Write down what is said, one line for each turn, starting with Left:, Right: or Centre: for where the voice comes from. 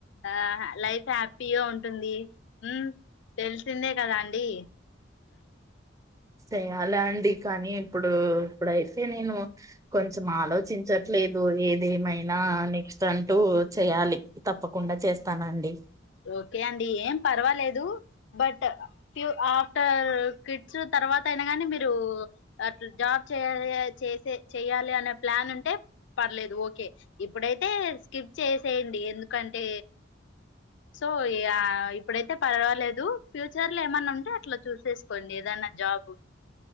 Left: ఆ లైఫ్ హ్యాపీగా ఉంటుంది హమ్ తెలిసిందే కదా అండి
Right: చేయాలా అండి కానీ ఇప్పుడు ఇప్పుడైతే నేను కొంచెం ఆలోచించట్లేదు ఏదమైనా నెక్స్ట్ అంటూ చేయాలి తప్పకుండా చేస్తాను అండి
Left: ఓకే అండి ఏం పర్వాలేదు బట్ ఫ్యూ ఆఫ్టర్ కిట్స్ తర్వాత అయినా కానీ మీరు అట్లా జాబ్ చేయాలి చేసే చెయాలి అనే ప్లాన్ ఉంటే పర్లేదు ఓకే ఇప్పుడైతే స్కిప్ చేసేయండి ఎందుకంటే సో ఇప్పుడైతే పర్వాలేదు ఫ్యూచర్ లో ఏమన్నా ఉంటే అట్లా చూసేసుకోండి ఏదనా job